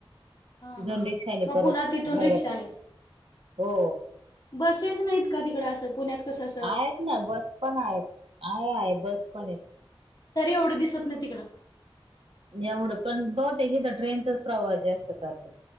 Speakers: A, on the left (about 45°); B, on the right (about 80°).
A: हा
B: तिथून
A: हा
B: रिक्षाने
A: मग
B: परत
A: पुन्हा तिथून
B: घर
A: रिक्षाने.
B: हो
A: बसेस नाहीत का तिकड असं पुण्यात कसं अस
B: आहेत ना बस पण आहेत आहे आहे बस पण आहेत
A: तरी एवढं दिसत नाही तिकडं
B: एवढं पण बहुतेक इथ ट्रेनचाच प्रवास जास्त करतात.